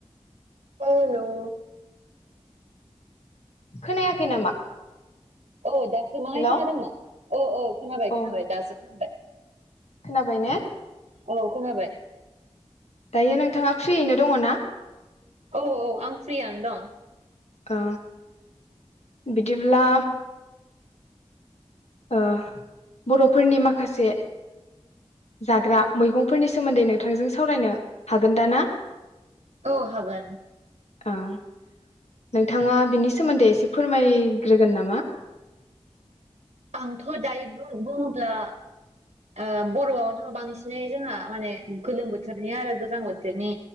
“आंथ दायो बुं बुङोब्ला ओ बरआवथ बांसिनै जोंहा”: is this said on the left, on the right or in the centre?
Right